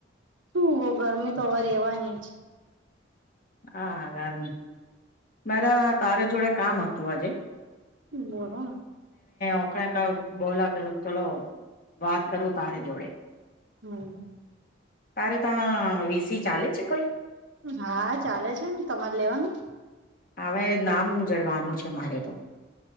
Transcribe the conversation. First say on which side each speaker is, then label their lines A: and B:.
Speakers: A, on the right; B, on the left.
A: શું ગરમી તો અવેર રહેવાની જ
B: હા અ આરમ મારા તારે જોડે કામ હતું આજે
A: બોલો ને.
B: ઓખણે બોલા કે ચલો વાત કરું તારે જોડે
A: હમ.
B: તારે ત્યા વીસી ચાલે છે કોઈ
A: હા ચાલે છે એમ તમારે લેવાનું.
B: હવે નામ જડવાનું છે મારે તો